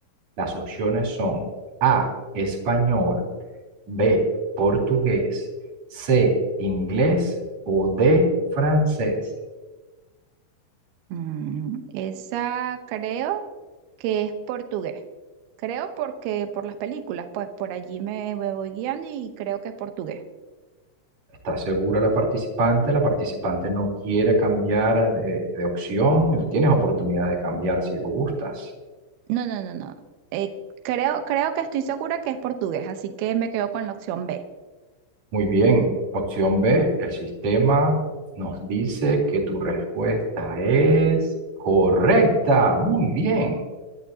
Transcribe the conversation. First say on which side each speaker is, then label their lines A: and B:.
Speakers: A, on the right; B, on the right.
A: Las opciones son A, español, B, portugués, C, inglés o D, francés.
B: Mm, esa creo que es portugués. Creo porque por las películas, pues por allí me, me voy guiando y creo que es portugués.
A: Está segura la participante, la participante no quiere cambiar de, de opción, le tienes oportunidad de cambiar si lo gustas.
B: No, no, no, no. Eh, creo, creo que estoy segura que es portugués, así que me quedo con la opción B.
A: Muy bien, opción B, el sistema nos dice que tu respuesta es correcta. Muy bien,